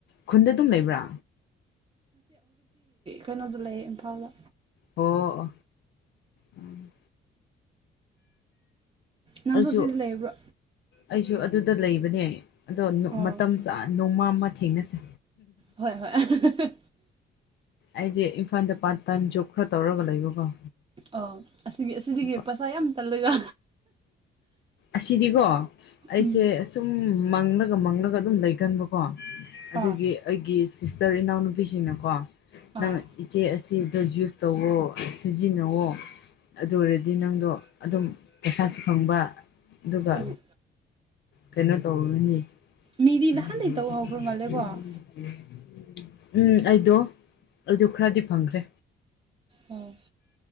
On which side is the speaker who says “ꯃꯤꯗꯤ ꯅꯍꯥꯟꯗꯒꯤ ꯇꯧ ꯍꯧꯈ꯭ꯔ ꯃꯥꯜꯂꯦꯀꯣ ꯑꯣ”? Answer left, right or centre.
Right